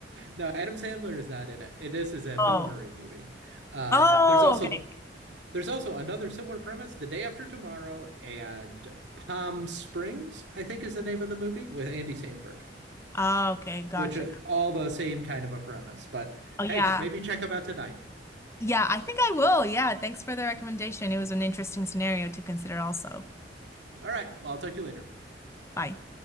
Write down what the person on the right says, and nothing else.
No, Adam Sandler is not in it. It- This is a Bill
Murray movie. Uh,
there's also
there's also another similar premise, The Day After Tomorrow and Palm Springs, I think is the name of the movie with Andy Samberg,
which are all the same kind of a premise. But
hey, maybe check them out tonight.
All right, well, I'll talk to you later.